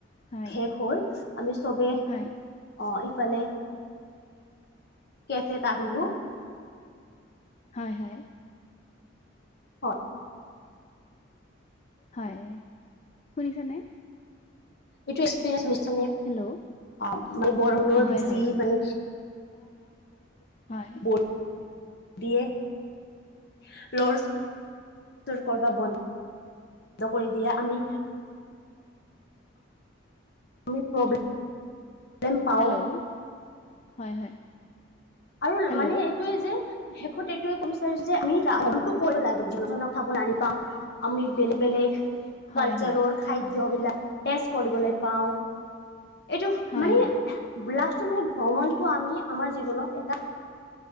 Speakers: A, on the left; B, on the left.
A: হয়
B: শেষ হল আমি চবে
A: হয়
B: অ ইফালে কেফেত আহিলো
A: হয় হয়
B: হয়
A: হয় শুনিছ নে
B: এইটো এক্সপিৰিয়েঞ্চ হৈছে নে
A: হেল্ল'
B: অ মানে বৰখুণৰ
A: হয়
B: যি
A: হয় হয়
B: মানে
A: হয়
B: <inaudible> <unintelligible> ব কৰি দিয়ে আমি আুমি প্ৰব্লেম প্ৰব্লেম পাওঁ
A: হেল্ল' হয় হয়
B: আৰু
A: হেল্ল'
B: মানে এইটোৱে যে শেষত এইটোয়ে কব বিচাৰিছো যে আমি আহণটো কৰিব লাগিব <unintelligible> আমি বেলেগ বেলেগ
A: হয়
B: কালচাৰৰ
A: হয়
B: খাদ্যবিলাক টেজ কৰিবলৈ পাওঁ এইটো
A: হয়
B: মানে লাষ্টৰ
A: হয়
B: মানে ভ্ৰমণটো আমি আমাৰ জীৱনত